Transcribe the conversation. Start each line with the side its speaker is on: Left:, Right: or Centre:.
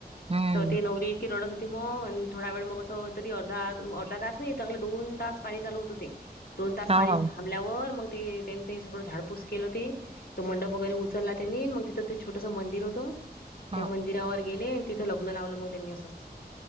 Right: हम्म
Left: तर ते नवरी इतकी रडत होती मग आणि थोडा वेळ मग असं तरी अर्धा, अर्धा तास नाही चांगले दोन तास पाणी चालू होतं ते. दोन तास
Right: हो
Left: पाणी थांबल्यावर मग ते त्यांनी ते सगळं झाड पुस केल होती तो मंडप वगैरे उचलला त्यांनी मग तिथं ते छोटस मंदिर होतं.
Right: हो
Left: त्या मंदिरावर गेले आणि तिथं लग्न लावलं मग त्यांनी असंच